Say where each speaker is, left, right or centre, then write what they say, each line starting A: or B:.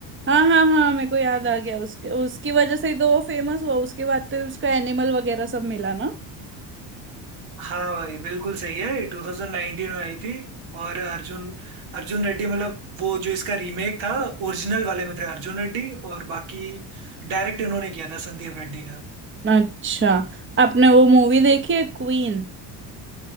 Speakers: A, on the right; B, on the right.
A: हाँ हाँ हाँ मेरे को याद आ गया उसके उसकी वजह से ही तो वो फेमस हुआ उसके बाद तो उसको एनिमल वगैरह सब मिला ना
B: हाँ भाई बिल्कुल सही है 2019 में आई थी और अर्जुन अर्जुन रेड्डी मतलब वो जो इसका रीमेक था ओरिजिनल वाले में थे अर्जुन रेड्डी और बाकी डायरेक्ट इन्होंने किया था संदीप रेड्डी का
A: अच्छा आपने वो मूवी देखी है क्वीन